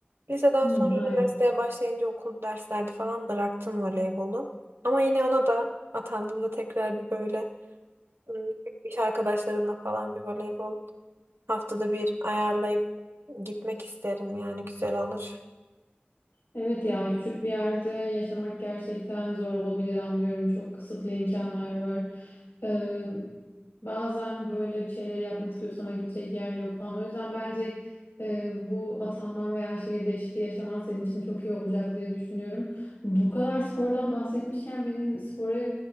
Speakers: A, on the right; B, on the left.
A: Liseden
B: Hı,
A: sonra
B: hayır.
A: üniversiteye başlayınca okul derslerde falan bıraktım voleybolu. Ama yine ona da atandığımda tekrar bir böyle ım, iş arkadaşlarımla falan bir voleybol haftada bir ayarlayıp Gitmek isterim yani güzel olur.
B: Evet ya küçük bir yerde yaşamak gerçekten zor olabilir anlıyorum. Çok kısıtlı imkanlar var. Ee, bazen böyle bir şeyleri yapmak istiyorsun ama gidecek yer yok falan. O yüzden bence e, bu atanman veya şehir değişikliği yaşaman senin için çok iyi olacak diye düşünüyorum. Bu kadar spordan bahsetmişken benim spora